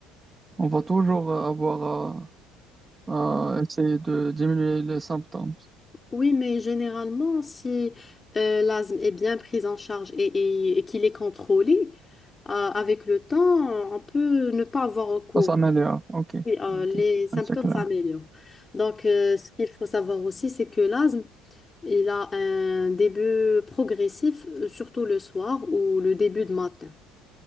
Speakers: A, on the right (about 15°); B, on the left (about 15°).
A: On va toujours euh, avoir à, à essayer de diminuer les symptômes.
B: Oui, mais généralement, si euh, l'asthme est bien pris en charge et, et- et qu'il est contrôlé, euh, avec le temps, on peut ne pas avoir recours.
A: تتمالي اوكي
B: Oui, euh,
A: اوكي
B: les symptômes
A: شكلها
B: s'améliorent. Donc, euh, ce qu'il faut savoir aussi, c'est que l'asthme, il a un début progressif, euh, surtout le soir ou le début de matin.